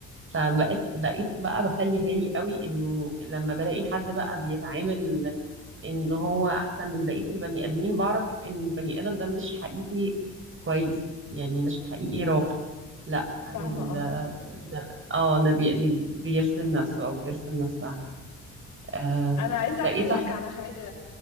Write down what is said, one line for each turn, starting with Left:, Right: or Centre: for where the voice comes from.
Right: فبقيت بقيت بقى بخلي بالي قوي انه لما بلاقي حد بقى بيتعامل ان هو احسن من بقيه البني ادمين بعرف ان البني ادم ده مش حقيقي كويس يعني مش حقيقي راقي لا ال-
Left: فاهمة قصدك
Right: ده اه ده بي- بي- بيرسم نفسه او بترسم نفسها آه
Left: انا عايزه
Right: بقيت
Left: احكي
Right: احب
Left: لك على حاجه